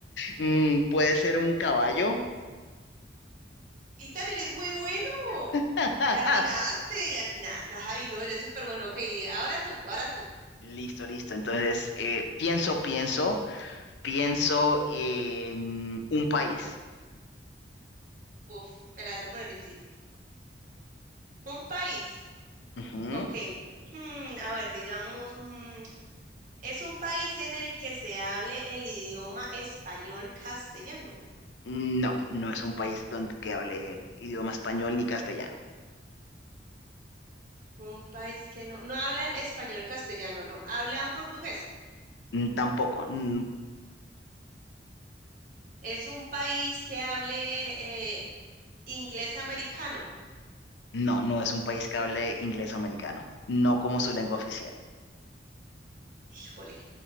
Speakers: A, on the left; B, on the right.
A: mm, puede ser un caballo.
B: tan eres muy bueno.
A: <laughs>
B: Le atinaste, le atinaste. Ay, no, eres súper bueno. Ok, ahora tú, ahora tú.
A: Listo, listo. Entonces, eh, pienso, pienso, pienso en un país.
B: Uf, me la vas a poner difícil. Un país.
A: Ujú.
B: Ok. Hmm, a ver, digamos, mm, es un país en el que se hable el idioma español castellano.
A: No, no es un país donde que hable idioma español ni castellano.
B: Un país que no, no hablan español castellano, no, hablan portugués.
A: Mm, Tampoco. Mm,
B: Es un país que hable eh, inglés americano.
A: No, no es un país que hable inglés o americano. No como su lengua oficial.
B: Híjole,